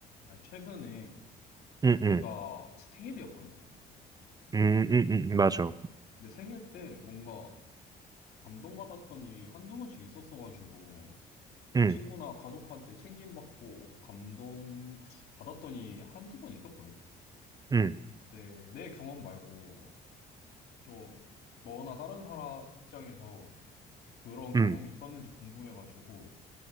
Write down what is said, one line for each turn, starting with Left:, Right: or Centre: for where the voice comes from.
Left: 아니, 최근에
Right: 응,
Left: 내가
Right: 응,
Left: 생일이었거든?
Right: 음, 응, 응, 응, 맞아.
Left: 내 생일 때 뭔가 감동받았던 일이 한두 번씩 있었어가지고
Right: 응,
Left: 친구나 가족한테 챙김받고 감동받았던 일이 한두 번 있었거든?
Right: 응,
Left: 내, 내 경험 말고 좀 너나 다른 사람 입장에서 그런 경험이
Right: 응.
Left: 있었는지 궁금해가지고